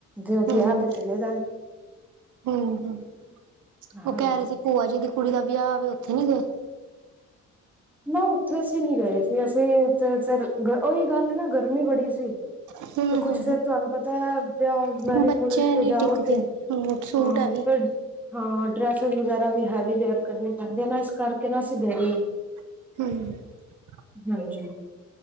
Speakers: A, in the centre; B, on the right.
A: ਜੇ ਉਹ
B: ਹਮ
A: ਗਿਆ ਤੇ ਚਲੇ ਜਾਣ
B: ਹਮ ਉਹ
A: ਹਾਂਜੀ
B: ਕਹਿ ਰਹੇ ਸੀ ਭੂਆ ਜੀ ਦੀ ਕੁੜੀ ਦਾ ਵਿਆਹ ਵੈ ਉੱਥੇ ਨੀ ਗਏ
A: ਨਾ ਉੱਥੇ ਅਸੀਂ ਨਹੀਂ ਗਏ ਸੀ ਅਸੀਂ ਫਿਰ ਉਹੀ ਗੱਲ ਨਾ ਗਰਮੀ ਬੜੀ ਸੀ ਤੇ
B: ਹਮ
A: ਕੁਛ
B: ਹਮ
A: ਫਿਰ ਤੁਹਾਨੂੰ ਪਤਾ ਹੈ
B: ਹਮ
A: ਮੈਰਿਜ
B: ਬੱਚੇ
A: ਮੋਰਿਜ ਤੇ
B: ਨੀ
A: ਜਾਓ
B: ਟਿਕਦੇ
A: ਤੇ
B: ਹਮ ਸੂਟ
A: ਹਾਂ
B: ਹੈ ਵੀ
A: ਫਿਰ ਹਾਂ ਡਰੈਸ ਵਗੈਰਾ ਵੀ ਹਾਲੀ ਤਿਆਰ ਕਰਨੀ ਬਿਨਸ ਕਰਕੇ ਨਾ ਅਸੀ ਗਏ ਨਹੀਂ
B: <unintelligible>
A: ਹਾਂਜੀ